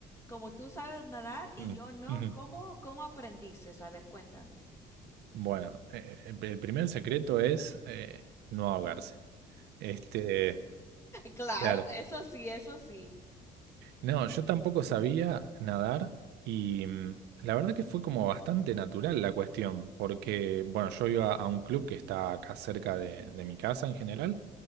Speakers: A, on the left (about 15°); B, on the right (about 80°).
A: como tú sabes nadar y
B: Mm.
A: yo no,
B: <laughs>
A: ¿cómo, cómo aprendiste? A ver, cuéntame.
B: Bueno, eh, eh, el primer secreto es eh, no ahogarse. Este,
A: Claro,
B: claro.
A: eso sí, eso sí.
B: No, yo tampoco sabía nadar y mm, la verdad que fue como bastante natural la cuestión, porque, bueno, yo iba a un club que está acá cerca de, de mi casa en general,